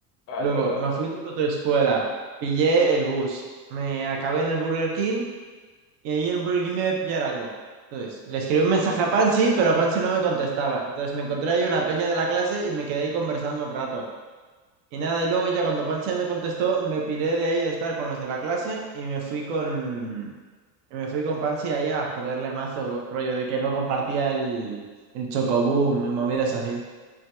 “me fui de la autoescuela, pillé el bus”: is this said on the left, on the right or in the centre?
Right